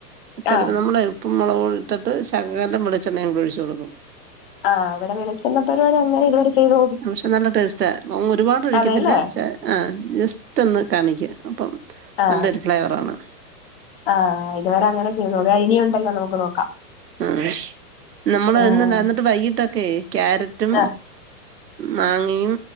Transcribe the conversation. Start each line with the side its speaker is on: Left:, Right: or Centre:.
Right: ചെലത്
Left: ആഹ്
Right: നമ്മള് ഉപ്പും മുളക് ഇട്ടിട്ട് ശകാലം വെളിച്ചെണ്ണയും അങ്ങ് ഒഴിച്ച് കൊടുക്കും
Left: ആഹ് അവിടെ വെളിച്ചെണ്ണ പരിപാടി അങ്ങനെ ഇതുവരെ ചെയ്തു
Right: പക്ഷെ നല്ല ടേസ്റ്റ ഒരുപാട് ഒഴിക്കത്തില്ല
Left: അതെല്ലേ
Right: ആഹ് ജസ്റ്റ് ഒന്ന് കാണിക്ക അപ്പം
Left: ആഹ്
Right: ഫ്ലേവർ ആണ്
Left: ആഹ് ഇതുവരെ അങ്ങനെ ചെയ്തു ആഹ് ഇനിയൂണ്ടല്ലോ നമുക്ക് നോക്കാം
Right: ആഹ് നമ്മൾ
Left: ആഹ്
Right: ഇന്ന് നടന്നിട്ട് വൈകിട്ടൊക്കെ ക്യാരറ്റും
Left: ആഹ്
Right: മാങ്ങയും